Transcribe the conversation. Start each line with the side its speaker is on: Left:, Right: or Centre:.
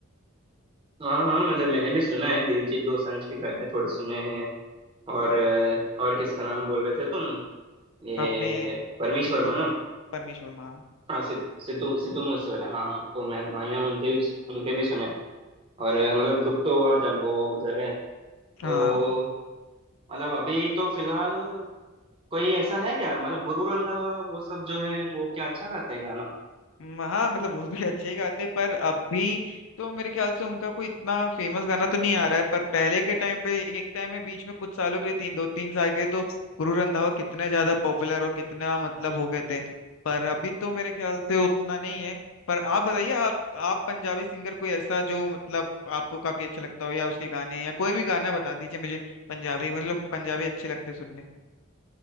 Right: हाँ हाँ मतलब मैंने भी सुना है दिलजीत दोसांझ के गाने थोड़े सुने हैं और अ, और किसका नाम बोल रहे थे तुम ये
Left: अपने
Right: परमीश
Left: सिद्धू
Right: वर्मा ना
Left: परमेश्वर महा
Right: हाँ सिद्ध- सिद्धू सिद्धू मूसे वाला हाँ हाँ, तो मैं मैंने उनके भी उनके भी सुने और अ, मतलब दुख तो हुआ जब वो गुजर गए
Left: हाँ
Right: तो मतलब अभी तो फिलहाल कोई ऐसा है क्या मतलब गुरु रंधावा वो सब जो है वो क्या अच्छा गाते हैं गाना
Left: म- हाँ मतलब वो भी अच्छे ही गाते हैं पर अभी तो मेरे ख्याल से उनका कोई इतना फेमस गाना तो नहीं आ रहा है पर पहले के टाइम पे एक टाइम में बीच में कुछ सालों के लिए तीन दो तीन साल के तो गुरु रंधावा कितने ज्यादा पॉपुलर और कितना मतलब हो गए थे पर अभी तो मेरे ख्याल से उतना नहीं है पर आप बताइए आप आप पंजाबी सिंगर कोई ऐसा जो मतलब आपको काफी अच्छा लगता हो या उसके गाने या कोई भी गाना बता दीजिए मुझे पंजाबी मतलब पंजाबी अच्छे लगते सुनने